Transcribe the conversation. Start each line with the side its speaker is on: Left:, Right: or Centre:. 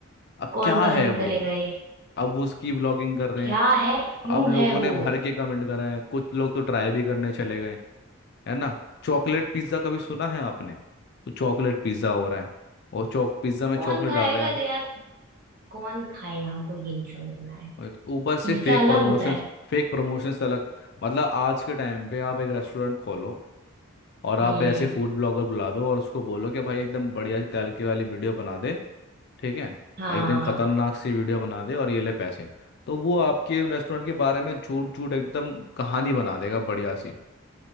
Left: अब
Right: कौन
Left: क्या
Right: पसंद
Left: है वो
Right: करेगा ये
Left: अब वो उसकी व्लॉगिंग कर रहे
Right: क्या
Left: हैं
Right: है क्यों
Left: अब लोगों
Right: है
Left: ने
Right: वो
Left: भर के कमेंट करा है कुछ लोग तो ट्राई भी करने चले गए है ना चॉकलेट पिज्ज़ा कभी सुना है आपने वो चॉकलेट पिज्ज़ा हो रहा है वो चॉक पिज्ज़ा में
Right: कौन
Left: चॉकलेट
Right: खाएगा
Left: डाल रहे हैं
Right: यार कौन खाएगा हमको ये नहीं समझ में आ रहा है
Left: right, ऊपर से
Right: पिज्जा
Left: फेक
Right: अलग
Left: प्रमोशंस
Right: होता है
Left: फेक प्रमोशंस अलग मतलब आज के टाइम पे आप एक रेस्टोरेंट खोलो और आप
Right: हम्म
Left: ऐसे फूड ब्लॉगर बुला दो और उसको बोलो कि भाई एकदम बढ़िया सी तैलके वाली वीडियो बना दे ठीक है
Right: हाँ
Left: एकदम खतरनाक सी वीडियो बना दे और ये ले पैसे तो वो आपके रेस्टोरेंट के बारे में झूठ झूठ एकदम कहानी बना देगा बढ़िया सी